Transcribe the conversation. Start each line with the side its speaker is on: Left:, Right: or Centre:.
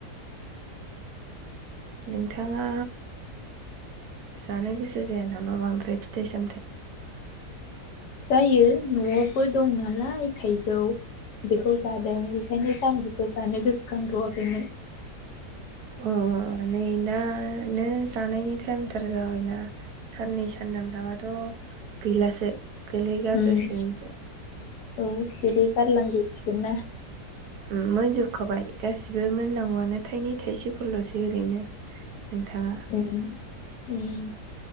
Right: नोंथाङा जानो गोसो जाया नामा बांद्राय फिथाइ सामथाइ?
Left: जायो न'आवबो दं नालाय थाइजौ बेखौ जादों बेखायनो जानबुखौ जानो गोसोखांथ'वाखैमोन।
Right: अ' नै दानो जानायनि टाइमथार जाबायना साननै सानथाम थाबाथ' गैलासो। गोलैगारजोबसिगोनसो
Left: उम औ सिरिगारलां जोबसि गोन ना।
Right: उम मोनजोब खाबाय। गासिबो मोननांगौआनो थाइनै थाइसेफोरल'सै ओरैनो नोंथाङा
Left: उम उम